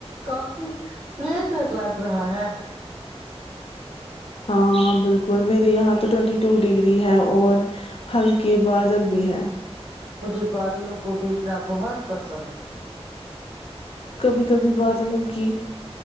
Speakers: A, on the right; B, on the left.
A: کافی کلیز تک لگ رہا ہے
B: ہاں بالکل میرے یہاں تو ٹوینٹی ٹو ڈگری ہے اور ہلکے بادل بھی ہے
A: مجھے بادلوں کو دیکھنا بہت پسند ہے
B: کبھی کبھی بادلوں کی